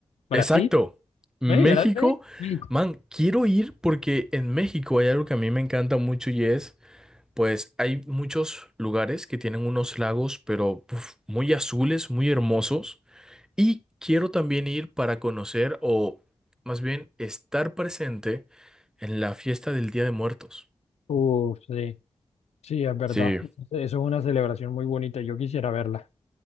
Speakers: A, on the left (about 80°); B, in the centre.
A: Brasil.
B: Exacto. México,
A: Ey, ¿verdad? Ey, México.
B: man, quiero ir porque en México hay algo que a mí me encanta mucho y es Pues hay muchos lugares que tienen unos lagos, pero uf, muy azules, muy hermosos. Y quiero también ir para conocer o más bien estar presente en la fiesta del Día de Muertos.
A: Uf, sí, sí, es verdad.
B: Sí,
A: Eso es una celebración muy bonita. Yo quisiera verla.